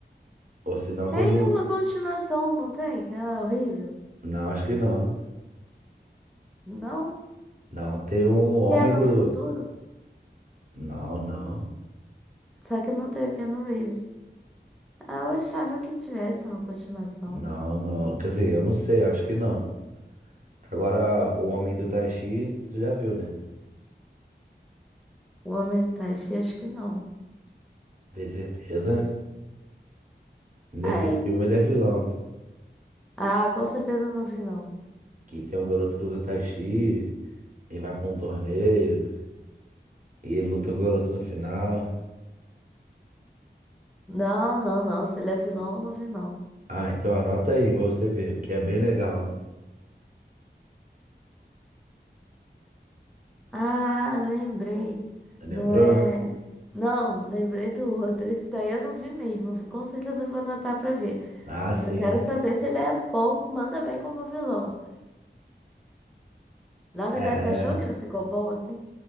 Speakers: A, on the right; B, in the centre.
A: Ou se não,
B: Tem
A: quando.
B: uma continuação, não tem? Que é horrível.
A: Não, acho que não.
B: Não?
A: Não, tem um homem
B: Que é no
A: do.
B: futuro?
A: Não, não.
B: Só que não tem o Keanu Reeves. Ah, eu achava que tivesse uma continuação.
A: Não, não. Quer dizer, eu não sei, acho que não. Agora, o Homem do Taxi, tu já viu, né?
B: O Homem do Taishi, acho que não.
A: Tem certeza. Nesse
B: Aí.
A: filme ele é vilão.
B: Ah, com certeza eu não vi, não.
A: Que tem um garoto que luta Taxi e vai pra um torneio e luta com o garoto no final.
B: Não, não, não. Se ele é vilão, eu não vi, não.
A: Ah, então anota aí pra você ver, que é bem legal.
B: Ah, lembrei.
A: Lembrou?
B: Não é. Não, lembrei do outro. Esse daí eu não vi mesmo. Com certeza eu vou anotar pra ver.
A: Ah,
B: Porque
A: sim.
B: eu quero saber se ele é bom, manda bem como vilão. Na verdade,
A: É, é.
B: você achou que ele ficou bom assim?